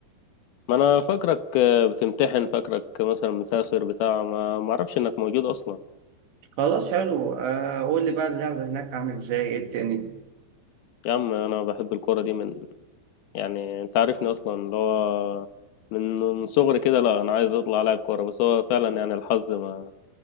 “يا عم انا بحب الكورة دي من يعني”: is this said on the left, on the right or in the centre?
Left